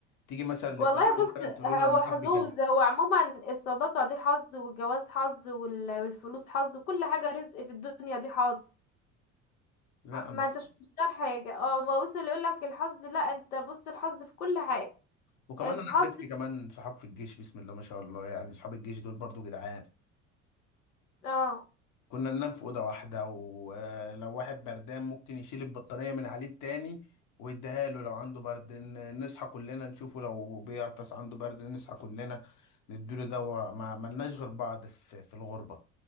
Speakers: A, on the left; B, on the left.
A: تيجي مثلا
B: والله
A: لفلان
B: بص
A: مثلا تقول
B: هو
A: له انا صاحبي
B: حظوظ
A: كذا
B: هو عموما الصداقة دي حظ والجواز حظ وال- والفلوس حظ كل حاجة رزق في الدنيا دي حظ
A: لا
B: آه،
A: انا
B: ما
A: صاحبي
B: انتش مختار حاجة اه ما بص اللي يقولك الحظ لا انت بص الحظ في كل حاجة
A: وكمان
B: الحظ
A: انا عرفت كمان صحاب في الجيش بسم الله ما شاء الله يعني صحاب الجيش دول برضو جدعان
B: اه
A: كنا ننام في اوضه واحده ولو واحد بردان ممكن يشيل البطانيه من عليه التاني ويديها له لو عنده برد ن- نصحى كلنا نشوفه لو بيعطس عنده برد نصحى كلنا نديله دواء ما ملناش غير بعض في في الغربه